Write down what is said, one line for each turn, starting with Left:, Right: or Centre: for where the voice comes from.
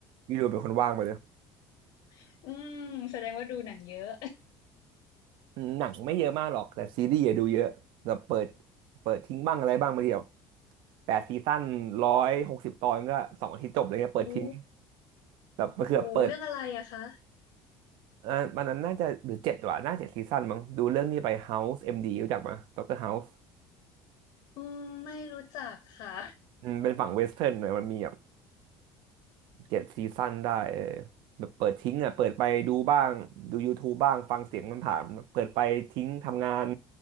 Right: พี่ดูเป็นคนว่างไปเลย
Left: <laughs> อืมแสดงว่าดูหนังเยอะ
Right: อืมหนังไม่เยอะมากหรอก แต่ซีรีส์อย่าดูเยอะแบบเปิดเปิดทิ้งบ้างอะไรบ้างบางทีแบบแปดซีซั่นร้อยหกสิบตอนก็สองอาทิตย์จบเลยเงี้ยเปิดทิ้ง
Left: <laughs> โอ้
Right: แบบมันคือแบบเปิด
Left: โอ้โหเรื่องอะไรอะคะ
Right: อ่าวันนั้นน่าจะหรือเจ็ดว่ะน่าจะซีซั่นมั้งดูเรื่องนี้ไป House MD รู้จักไหมด็อกเตอร์ House
Left: อืมไม่รู้จักค่ะ
Right: อืมเป็นฝั่งเวสเทิร์นหน่อยมันมีแบบเจ็ดซีซั่นได้เออแบบเปิดทิ้งอ่ะเปิดไปดูบ้างดู YouTube บ้างฟังเสียงมันผามเปิดไปทิ้งทำงาน